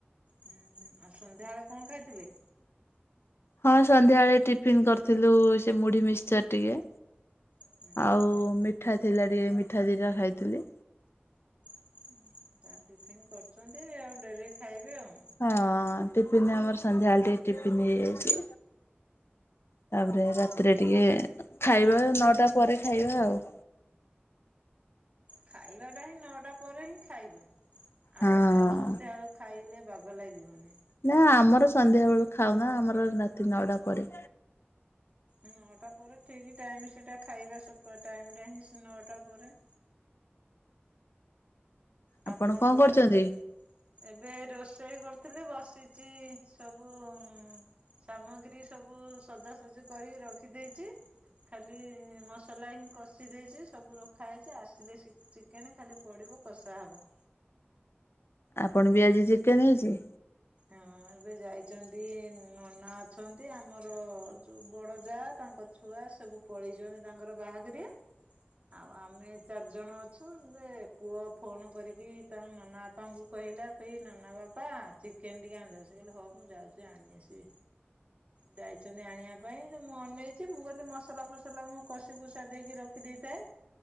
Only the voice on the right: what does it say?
ହୁଁ ହୁଁ ଆଉ ସନ୍ଧ୍ୟାବେଳେ କଣ ଖାଇଥିଲେ?
ହୁଁ
ହୁଁ,
<inaudible> ଚା ଟିଫିନ୍ କରିଛନ୍ତି ଆଉ ଡେରି ରେ ଖାଇବେ ଆଉ
ଖାଇବାଟା ହିଁ ନଅଟା ପରେ ହିଁ ଖାଇବା। ଆଉ
ସନ୍ଧ୍ୟାବେଳୁ ଖାଇଲେ ବାଗ ଲାଗିବନି।
ନଅଟା ପରେ ଠିକ ଟାଇମ ସେଇଟା ଖାଇବା ଟାଇମ ହିଁ ସେ ନଅଟା ପରେ। ଆଉ
କଣ କରୁଥିଲି?
ଏବେ ରୋଷେଇ କରୁଥିଲି ବସିଚି ସବୁ ସାମଗ୍ରୀ ସବୁ ସଜାସଜି କରିକି ରଖିଦେଇଚି। ଖାଲି ମସଲା ହିଁ କଷି ଦେଇଛି ସବୁ ରଖା ହେଇଛି ଆସିଲେ ଶି ଚିକେନ ଖାଲି ପଡ଼ିବ କଷା ହବ।
ହଁ ଏବେ ଯାଇଛନ୍ତି ନନା ଅଛନ୍ତି ଆମର ଯୋଉ ବଡ଼ ଯା ତାଙ୍କ ଛୁଆ ସବୁ ପଳେଇ ଯନ୍ତି ତାଙ୍କର ବାହାଘରିଆ। ଆଉ ଆମେ ଚାରିଜଣ ଅଛୁ ଯେ ପୁଅ ଫୋନ୍ କରିକି ତାଙ୍କ ନନା ବାପାଙ୍କୁ କହିଲା ସେଇ ନନା ବାପା ଚିକେନ ଟିକେ ଆଣିଛନ୍ତି ସେ କହିଲେ ହଁ ମୁଁ ଯାଉଛି ଆଣି ଆସିବି। ଯାଇଛନ୍ତି ଆଣିବା ପାଇଁ ଯେ ମୁଁ ଅନେଇଛି ମୁଁ କହିଲି ମସଲା ଫସଲା ମୁଁ କଷି କୁଷା ଦେଇକି ରଖିଦେଇଥାଏ।